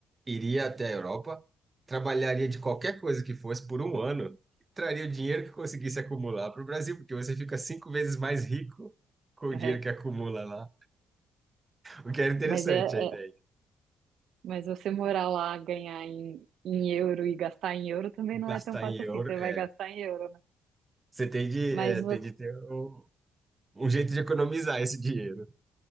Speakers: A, on the right (about 20°); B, on the right (about 70°).
A: iria até a Europa, trabalharia de qualquer coisa que fosse por um ano, traria o dinheiro que conseguisse acumular para o Brasil, porque você fica cinco vezes mais rico com o
B: É.
A: dinheiro que acumula lá. O que era interessante
B: Mas é,
A: a ideia.
B: é, mas você morar lá, ganhar em, em euro e gastar em euro também
A: Gastar
B: não é tão fácil
A: em euro,
B: assim. Você
A: é,
B: vai gastar em euro, né?
A: você tem de,
B: Mas
A: é,
B: você,
A: tem de ter um, um jeito de economizar esse dinheiro.